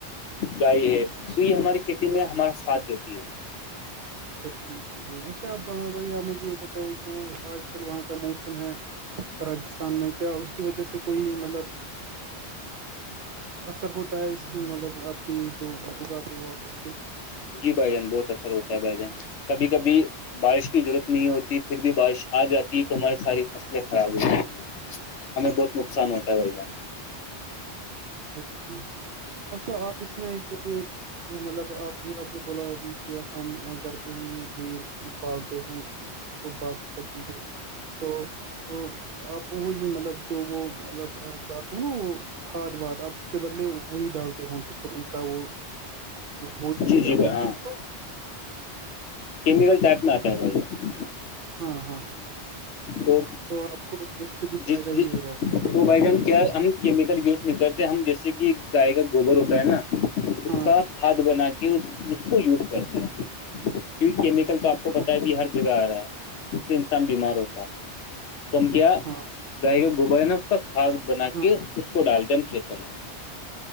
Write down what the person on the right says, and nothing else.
اچھا
اچھا ٹھیک بھ اچھا اپ بھ آپ مجھے یہ بتائیے جو آج کل وہاں کا موسم ہے راجستھان میں کیا اس کی وجہ سے کوئی مطلب اثر ہوتا ہے اس میں مطلب آپ کے جو اگاتے ہو آپ اس پہ
ا ٹھیک ٹھیک اچھا آپ اس میں جو یہ مطلب آپ آپ نے بولا ابھی کہ ہم گھر پہ ہی بھیڑ پالتے ہیں وہ باقی سب چیزیں تو ا آپ وہی مطلب جو وہ مطلب جاتے ہیں نا وہ کھاد واد اب اس کے بدلے وہی ڈالتے ہوں گے پھر ان کا وہ وہ
کیا
بولتے
اس کو
ہاں ہاں
آپ کو اس سے بھی فائدہ
ہی ہوا ہوگا
ہاں
ہاں
ہاں